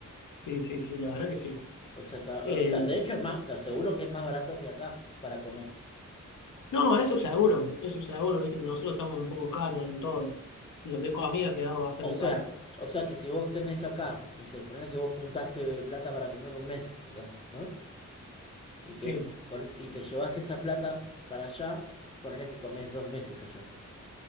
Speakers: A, on the left; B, on the left.
A: sí, sí, sí, la verdad que sí.
B: O sea, está-
A: Eh,
B: o sea, de hecho es más, te aseguro que es más barato que acá para comer.
A: no, eso seguro, eso seguro, viste que nosotros estamos un poco caros en todo. Lo que es comida ha quedado bastante
B: O
A: caro.
B: sea, o sea que si vos tenés acá, no sé, ponele que vos juntaste plata para comer un mes acá, ¿no? Y
A: Sí,
B: te, con- y te llevas esa plata para allá, ponele que comés dos meses allá.